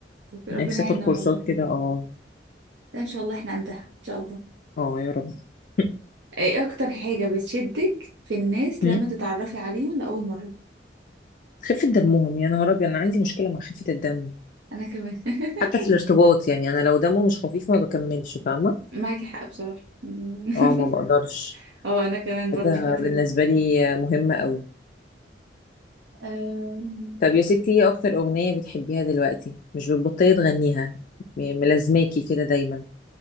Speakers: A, on the right; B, on the left.
A: ربنا
B: نفسي
A: يعيننا
B: اخد كورسات
A: والله
B: كده اه
A: ده ان شاء الله احنا عندها ان شاء الله
B: اه يا رب <laughs>
A: ايه اكتر حاجه بتشدك في الناس
B: مم.
A: لما تتعرفي عليهم لاول مره
B: خفة دمهم يا نهار أبيض أنا عندي مشكلة مع خفة الدم
A: انا كمان <laughs>
B: حتى في الارتباط يعني أنا لو دمه مش خفيف ما بكملش فاهمة
A: معاكي حق بصراحه <laughs>
B: اه ما بقدرش
A: اه انا كمان برضو
B: ده
A: في خطوه
B: بالنسبة لي مهمة قوي
A: أم...
B: طب يا ستي ايه اكتر اغنية بتحبيها دلوقتي مش بتبطلي تغنيها م- ملازماكي كده دايما